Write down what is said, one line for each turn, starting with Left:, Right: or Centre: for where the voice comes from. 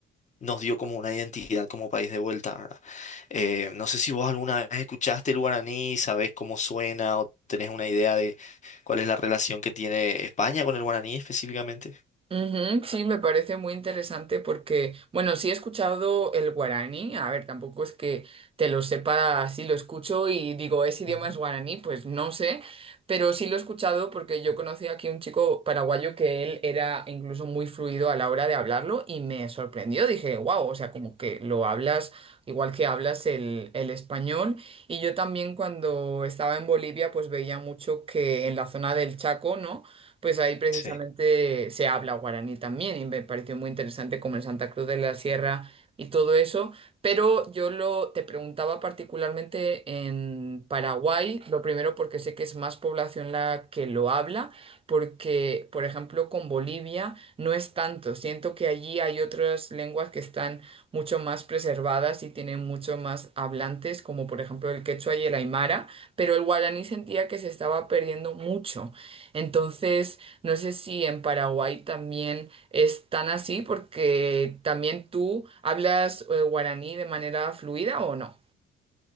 Left: nos dio como una identidad como país de vuelta, ¿verdad? Eh, no sé si vos alguna vez escuchaste el guaraní, sabés cómo suena o tenés una idea de cuál es la relación que tiene España con el guaraní específicamente.
Right: Ujú, sí, me parece muy interesante porque, bueno, sí he escuchado el guaraní, a ver, tampoco es que te lo sepa así, lo escucho y digo, ¿ese idioma
Left: Ujú,
Right: es guaraní? Pues no sé, pero sí lo he escuchado porque yo conocí aquí un chico paraguayo que él era incluso muy fluido a la hora de hablarlo y me sorprendió, dije, wow, o sea, como que lo hablas igual que hablas el, el español. Y yo también cuando estaba en Bolivia, pues veía mucho que en la zona del Chaco, ¿no? pues ahí precisamente
Left: Sí.
Right: se habla guaraní también y me pareció muy interesante como en Santa Cruz de la Sierra y todo eso, pero yo lo te preguntaba particularmente en Paraguay, lo primero porque sé que es más población la que lo habla, porque por ejemplo con Bolivia no es tanto, siento que allí hay otras lenguas que están mucho más preservadas y tienen mucho más hablantes, como por ejemplo el quechua y el aymara, pero el guaraní sentía que se estaba perdiendo mucho. Entonces, no sé si en Paraguay también es tan así, porque también tú hablas eh, guaraní de manera fluida o no.